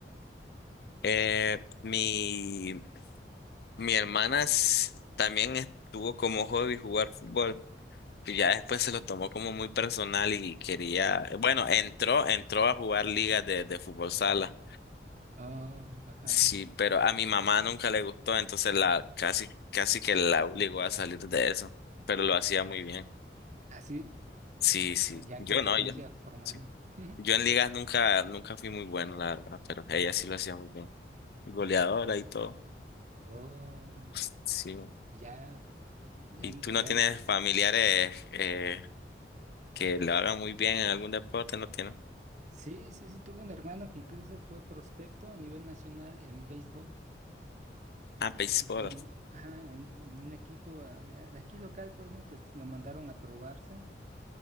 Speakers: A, on the left (about 60°); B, on the right (about 40°).
A: Eh, mi, mi hermana s- también estuvo como hobby jugar fútbol. Y ya después se lo tomó como muy personal y quería, bueno, entró, entró a jugar ligas de, de fútbol sala.
B: Oh, ajá.
A: Sí, pero a mi mamá nunca le gustó, entonces la casi, casi que la obligó a salir de eso, pero lo hacía muy bien.
B: Así,
A: Sí, sí.
B: ya
A: Yo
B: competencia
A: no, yo.
B: formal.
A: sí.
B: <laughs>
A: Yo en ligas nunca, nunca fui muy bueno, la verdad, pero ella sí lo hacía muy bien. Goleadora
B: Ah,
A: y todo.
B: Oh,
A: <laughs> Sí.
B: ya, ya,
A: ¿Y tú no
B: ya.
A: tienes familiares eh, que lo hagan muy bien en algún deporte? ¿No tienes?
B: Sí, sí, sí, tuve un hermano que incluso fue prospecto a nivel nacional en béisbol.
A: Ah, béisbol.
B: Aquí con, ajá, en, en un equipo ah, de, de aquí local, pues, ¿no? Que lo mandaron a probarse.